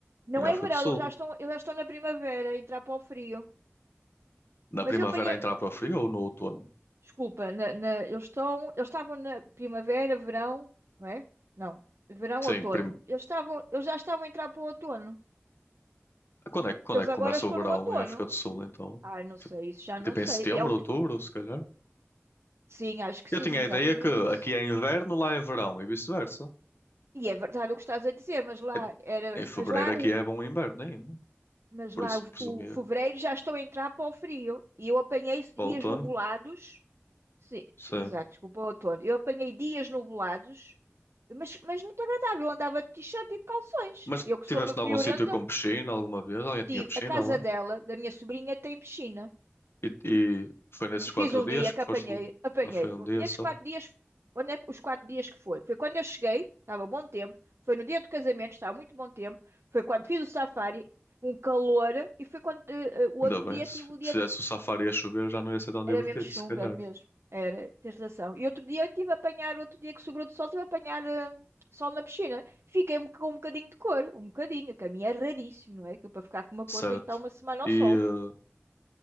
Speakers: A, on the right (about 65°); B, on the left (about 55°).
A: Não
B: Em África
A: é verão,
B: do Sul.
A: eles já estão, eles já estão na primavera, a entrar para o frio.
B: Na
A: Mas
B: primavera
A: eu apanhei,
B: a entrar para o frio ou no outono?
A: desculpa, na- na- eles estão, eles estavam na primavera, verão, não é? Não, verão,
B: Sim,
A: outono.
B: prim...
A: Eles estavam, eles já estavam a entrar para o outono.
B: quando é, que- quando
A: Eles
B: é que
A: agora
B: começa
A: estão
B: o verão
A: no outono.
B: em África do Sul, então?
A: Ai, não
B: Tipo,
A: sei, isso já não
B: tipo
A: sei.
B: em setembro,
A: É
B: outubro, se calhar.
A: Sim, acho que
B: Eu
A: sim,
B: tinha
A: exatamente
B: a ideia que
A: isso.
B: aqui é inverno, lá é verão e vice-versa.
A: E é verdade o que estás a dizer, mas lá
B: É-
A: era,
B: Em fevereiro
A: mas lá
B: aqui
A: o,
B: é bom inverno ainda.
A: mas
B: Por
A: lá
B: isso presumia
A: o, o fevereiro
B: que
A: já estou a entrar para o frio. E eu apanhei
B: para
A: dias
B: o outono.
A: nublados. Sim,
B: Sim.
A: des- exato, desculpa, outono. Eu apanhei dias nublados, mas, mas muito agradável. Eu andava de t-shirt e de calções.
B: Mas
A: Eu que
B: tiveste
A: sou uma friorenta,
B: em algum sítio com piscina alguma vez? Alguém tinha
A: tive
B: piscina
A: a casa
B: lá?
A: dela, da minha sobrinha, tem piscina.
B: E, e foi nesses quatro
A: Fiz um
B: dias
A: dia
B: que
A: que apanhei,
B: foste lá?
A: apanhei.
B: Ou foi um dia
A: Nesses
B: só?
A: quatro dias, onde é que os quatro dias que foi? Foi quando eu cheguei, estava bom tempo. Foi no dia do casamento, estava muito bom tempo. Foi quando fiz o safari, um calor. E foi quando eh, eh, o outro
B: Ainda bem,
A: dia
B: se,
A: tive o dia.
B: se fizesse
A: de-
B: o safari a chover já não ia ser tão divertido,
A: Era mesmo chunga
B: se calhar.
A: mesmo. Era, tens razão. E outro dia eu tive a apanhar, outro dia que sobrou de sol, tive a apanhar eh, sol na piscina. Fiquei um- com um bocadinho de cor, um bocadinho, que a minha é raríssimo, não é? Que eu, para ficar com uma
B: Certo.
A: cor tem que estar uma semana
B: E,
A: ao sol.
B: eh,